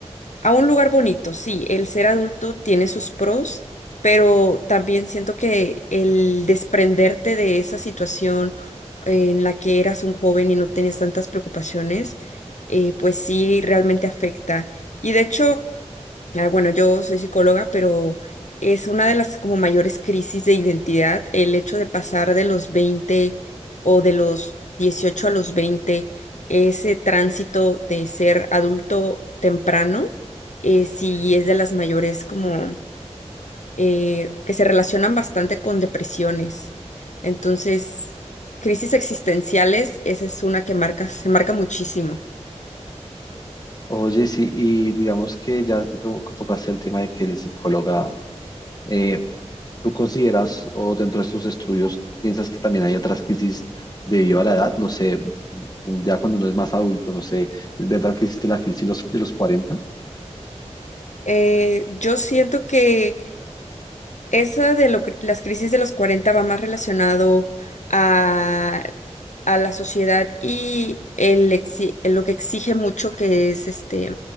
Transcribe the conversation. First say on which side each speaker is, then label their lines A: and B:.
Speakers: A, on the left; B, on the left.
A: a un lugar bonito. Sí, el ser adulto tiene sus pros, pero también siento que el desprenderte de esa situación eh, en la que eras un joven y no tenías tantas preocupaciones, eh, pues sí, realmente afecta. Y de hecho, Ah, bueno, yo soy psicóloga, pero es una de las como mayores crisis de identidad el hecho de pasar de los veinte o de los 18 a los veinte ese tránsito de ser adulto temprano, eh, sí es de las mayores como eh, que se relacionan bastante con depresiones. Entonces, crisis existenciales, esa es una que marca, se marca muchísimo.
B: Oye, sí, y digamos que ya que to- tocaste el tema de que eres psicóloga, eh, ¿tú consideras o dentro de tus estudios piensas que también hay otras crisis debido a la edad? No sé, un- ya cuando uno es más adulto, no sé, ¿es verdad que existe la crisis de los, de los 40?
A: Eh, yo siento que Esa de lo, que- las crisis de los 40 va más relacionado a, a la sociedad y el exi- lo que exige mucho que es este,